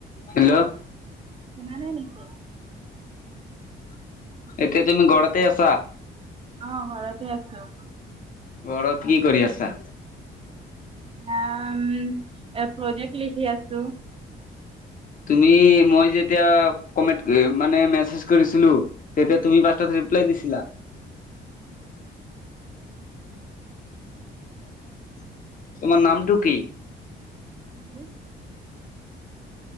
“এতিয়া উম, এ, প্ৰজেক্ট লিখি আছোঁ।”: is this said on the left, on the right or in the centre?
Right